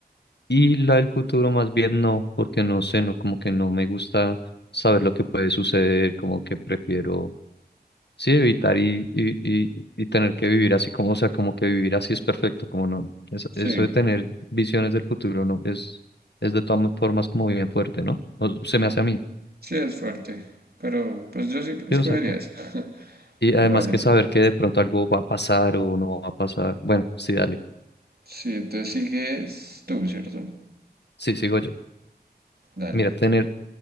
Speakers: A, on the left; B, on the right.
A: Y la del futuro más bien no, porque no sé, no, como que no me gusta saber lo que puede suceder, como que prefiero, sí, evitar y, y, y, y tener que vivir así como, o sea, como que vivir así es perfecto, como no, es-
B: sí,
A: eso de tener visiones del futuro, no, es, es de todas formas como bien fuerte, ¿no? O se me hace a mí,
B: sí es fuerte. Pero pues yo sí escogería
A: yo saco.
B: esa. <laughs>
A: Y además
B: Bueno,
A: que saber que de pronto algo va a pasar o no va a pasar, bueno, sí, dale,
B: sí, entonces sigues tú, ¿cierto?
A: sí, sigo yo.
B: Dale.
A: Mira, tener